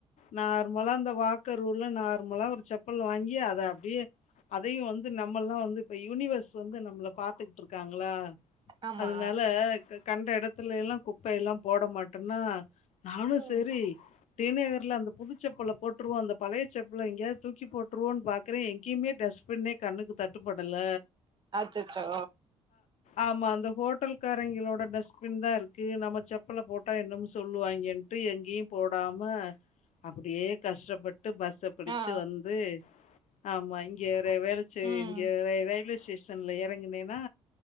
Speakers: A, on the left; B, on the right.
A: நார்மலா அந்த வாக்கருள்ள நார்மலா ஒரு செப்பல் வாங்கி அத அப்டியே அதையு வந்து நம்மல்லா வந்து இப்ப யூனிவர்ஸ் வந்து நம்மள பாத்துக்ட்டுருக்காங்ளா
B: ஆமா
A: அதனால கண்ட எடத்துலேல்லா குப்பை எல்லா போட மாட்டன்னா நானு
B: ம்
A: ச ரி டி நகர்ல அந்த புதுச்செப்பல போட்டுருவோ அந்த பழய செப்பல எங்கேயாவ்து தூக்கி போட்டுருவோனு பாக் க்குறே எங்கேயுமே டஸ்பின்னே கண்ணுக்கு தட்டுப்படல
B: அச்சச்சோ
A: ஆமா அந்த ஹோட்டல்காரைங்களோட டஸ்ப்பின்தா இருக்கு நம்ம செப்பல போட்டா என்னமோ சொல்லுவாய்ங்கன் ட்டு எங்கயு போடாம அப்பிடியே கஷ்டப்பட்டு பஸ்ஸ பிடிச்சு
B: ஆ
A: வந்து ஆமா இங்க ர வேளச்சேரி
B: ம்
A: இங்க ரை ரயில்வே ஸ்டேஷ ன்ல எறங்குனேனா